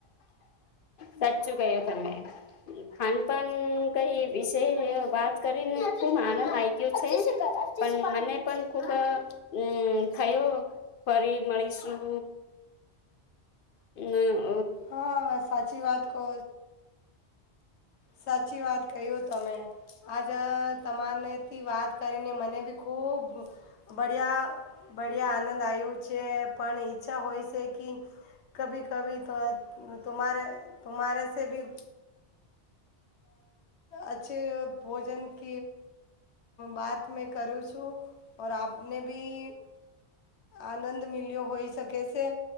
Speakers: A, on the left (about 60°); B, on the left (about 85°).
A: સાચું કય્યું તમે. ખાનપાન કઈ વિશે વાત કરીને ખુબ આનંદ આઇગ્યું છે. પણ મને પણ ખુબ મ થયો ફરી મળીશું. હમ્મ
B: હા સાચી વાત કો સાચી વાત કહયો તમે આજા તમારનેથી વાત કરીને મને બી ખૂબ બઢિયા બળ્યા આનંદ આવ્યો જે પણ ઈચ્છા હોય છે કી કભી કભી ત તુમારે તુમારે સેબી અચ્છી ભોજન ક બાત મે કરું છું ઓર આપને બી આનંદ મલ્યો હોઈ શકે છે